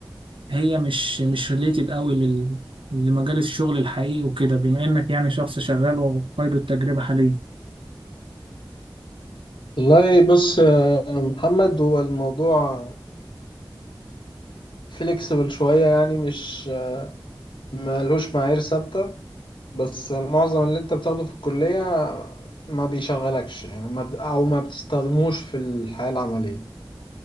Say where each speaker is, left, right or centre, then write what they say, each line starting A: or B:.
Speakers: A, on the right; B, on the left.
A: هي مش مش ريليتد قوي لل... لمجال الشغل الحقيقي وكده بما انك يعني شخص شغال وقيد التجربة حاليا
B: والله بص يا محمد هو الموضوع فليكسبل شوية يعني مش ملهوش معايير ثابتة بس معظم اللي انت بتاخده في الكلية ما بيشغلكش يعني ما بت- او ما بتستخدموش في الحياة العملية